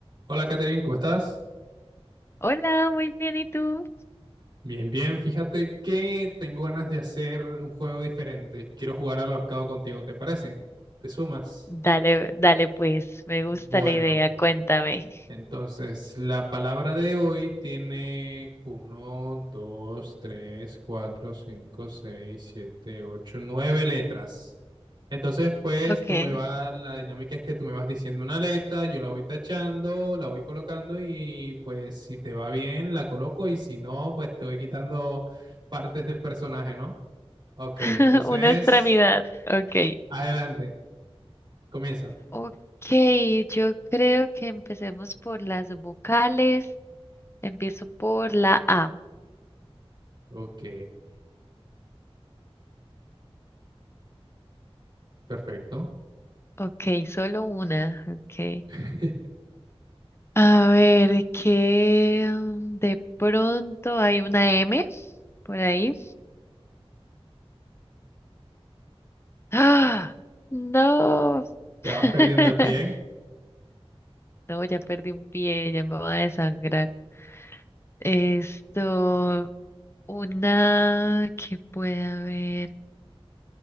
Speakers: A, on the right; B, on the left.
A: Hola Catherine, ¿cómo estás?
B: Hola, muy bien, ¿y tú?
A: Bien, bien. Fíjate que tengo ganas de hacer un juego diferente. Quiero jugar al ahorcado contigo, ¿te parece? ¿Te sumas?
B: Dale, dale pues, me gusta
A: Bueno,
B: la idea, cuéntame.
A: Entonces, la palabra de hoy tiene uno, 2, 3, 4, 5, 6, 7, 8, 9 letras. Entonces, pues
B: Ok,
A: tú me vas, la dinámica es que tú me vas diciendo una letra, yo la voy tachando, la voy colocando y pues si te va bien, la coloco y si no, pues te voy quitando partes del personaje, ¿no? Ok,
B: <laughs>
A: entonces,
B: una extremidad, ok.
A: adelante, comienza.
B: Ok, yo creo que empecemos por las vocales, empiezo por la A.
A: Ok, perfecto.
B: Ok, solo una, ok.
A: <laughs>
B: A ver, que mm, de pronto hay una M por ahí. ¡Ah! No.
A: Ya
B: <laughs>
A: vas perdiendo el pie.
B: No, ya perdí un pie, ya me voy a desangrar. Esto, una que puede haber,